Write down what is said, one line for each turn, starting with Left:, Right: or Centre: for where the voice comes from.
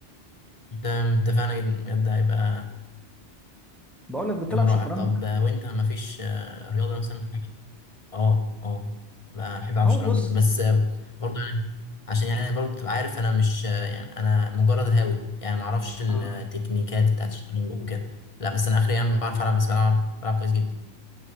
Left: أنت اتفقنا جدا بجد هيبقى
Centre: بقول لك بتلعب
Left: يوم رائع
Centre: شطرنج
Left: طب آه، وأنت مفيش آه، رياضة مثلا بتحبها؟ أه أه بحب ألعب
Centre: هو
Left: شطرنج
Centre: بص
Left: جدا بس آه، برضه يعني عشان يعني برضه تبقى عارف أنا مش آه، يعني أنا مجرد هاوي يعني معرفش التكنيكات
Centre: اه
Left: بتاعت الشطرنج وكده لا بس أنا آخري يعني بعرف ألعب بس بلعب بلعب كويس جدا